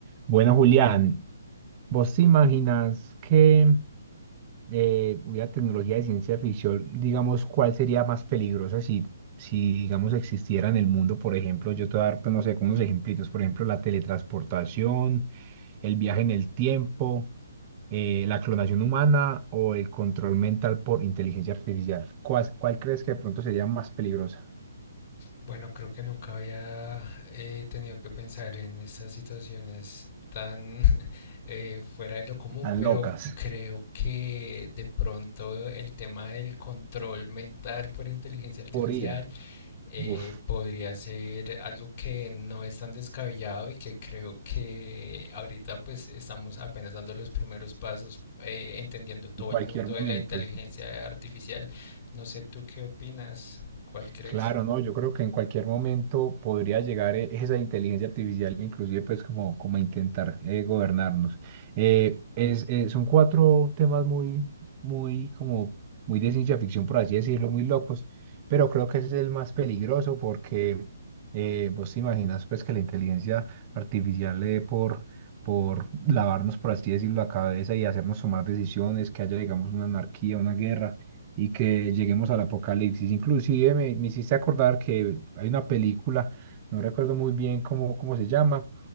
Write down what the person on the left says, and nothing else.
Bueno, creo que nunca había eh, tenido que pensar en estas situaciones tan <laughs> eh, fuera de lo común,
pero
creo que de pronto el tema del control mental por inteligencia artificial
eh,
podría ser algo que no es tan descabellado y que creo que ahorita pues estamos apenas dando los primeros pasos, eh, entendiendo todo
el mundo de
la inteligencia artificial. No sé tú qué opinas, ¿cuál crees?